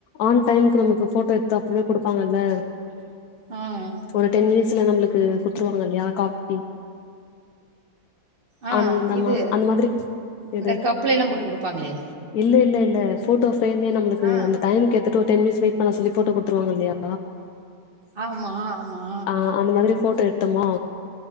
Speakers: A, on the left (about 85°); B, on the right (about 40°).
A: ஆன் டைம்க்கு நமக்கு ஃபோட்டோ எடுத்து அப்பவே குடுப்பாங்கல்ல
B: ஆ அ
A: ஒரு டென் மினிட்ஸ்ல நம்மளுக்கு குடுத்துருவாங்க இல்லயா காப்பி
B: ஆ
A: அந்தமா
B: இது
A: அந்த மாரி எது
B: இந்த கப்ல எல்லா போட்டு குடுப்பாங்களே
A: இல்ல இல்ல இல்ல ஃபோட்டோ ஃப்ரேமே நம்மளுக்கு
B: ஆ
A: அந்த டைம் கேத்துட்டு டென் மினிட்ஸ் வெய்ட் பண்ண சொல்லி ஃபோட்டோ குடுத்துருவாங்க இல்லயா
B: ஆமா, ஆமா.
A: ஆ அந்த மாரி ஃபோட்டோ எ த்தமா